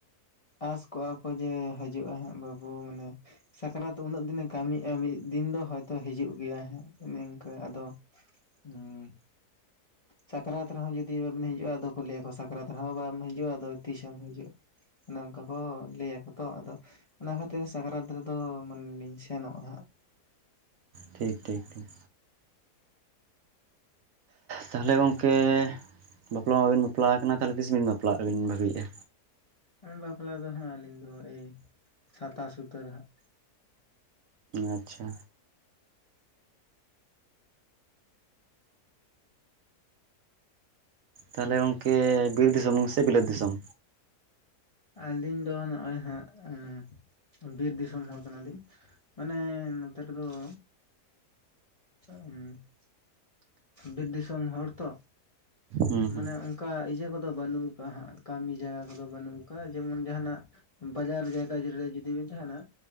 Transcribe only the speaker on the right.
ᱴᱷᱤᱠ ᱴᱷᱤᱠ ᱴᱷᱤᱠ ᱛᱟᱦᱚᱞᱮ ᱜᱚᱝᱠᱮ ᱵᱟᱯᱞᱟ ᱢᱟᱵᱤᱱ ᱵᱟᱯᱞᱟ ᱟᱠᱟᱱᱟ ᱛᱟᱦᱚᱞᱮ ᱛᱤᱥ ᱵᱤᱱ ᱵᱟᱯᱞᱟᱜ ᱟᱵᱤᱱ ᱵᱷᱟᱹᱵᱤᱭᱮᱫᱼᱟ
ᱟᱪᱪᱷᱟ ᱛᱟᱦᱚᱞᱮ ᱜᱚᱢᱠᱮ ᱵᱤᱨ ᱫᱤᱥᱚᱢ ᱥᱮ ᱵᱤᱞᱟᱹᱛ ᱫᱤᱥᱚᱢ
ᱦᱮᱸ ᱦᱮᱸ